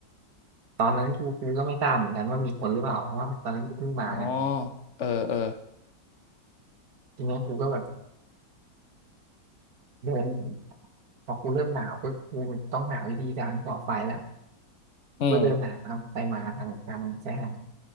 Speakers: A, on the right; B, on the left.
A: ตอนนั้นกูกูก็ไม่ทราบเหมือนกันว่ามีคนหรือเปล่าเพราะว่าตอนนั้นกูเพิ่งมาไง
B: อ๋อเออเออ
A: ทีนี้กูก็แบบเดินพอกูเริ่มหนาวก็กูต้องหาวิธีการก่อไฟละ
B: อืม
A: ก็เดินหาไปมาทางทางชายหาด